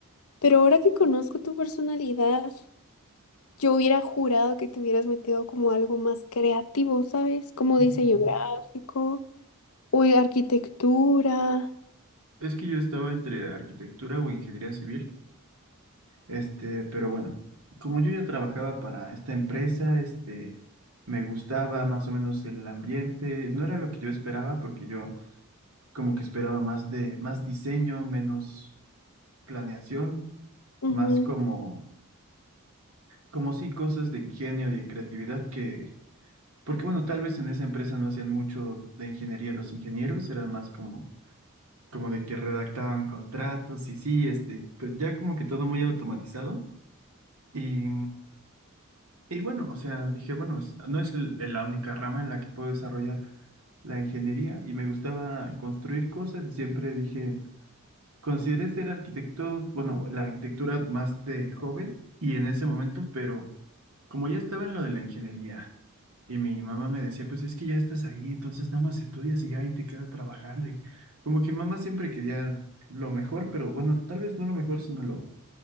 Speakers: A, on the left (about 75°); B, on the right (about 75°).
A: Pero ahora que conozco tu personalidad, yo hubiera jurado que te hubieras metido como algo más creativo, ¿sabes? Como
B: ujú,
A: diseño gráfico. Uy, arquitectura.
B: es que yo estaba entre arquitectura o ingeniería civil. Este, pero bueno, como yo ya trabajaba para esta empresa, este, me gustaba más o menos el ambiente. No era lo que yo esperaba porque yo como que esperaba más de, más diseño, menos planeación,
A: Ujú.
B: más como, como sí cosas de ingenio, de creatividad que Porque bueno, tal vez en esa empresa no hacían mucho de ingeniería los ingenieros, era más como, como de que redactaban contratos y sí, este, pues ya como que todo muy automatizado. Y, y bueno, o sea, dije, bueno, es- no es l- la única rama en la que puedo desarrollar la ingeniería y me gustaba construir cosas y siempre dije, consideré ser arquitecto, bueno, la arquitectura más de joven y en ese momento, pero como ya estaba en lo de la ingeniería Y mi mamá me decía, pues es que ya estás ahí, entonces nada más estudias y ya ahí te quedas trabajando. Y como que mamá siempre quería lo mejor, pero bueno, tal vez no lo mejor, sino lo...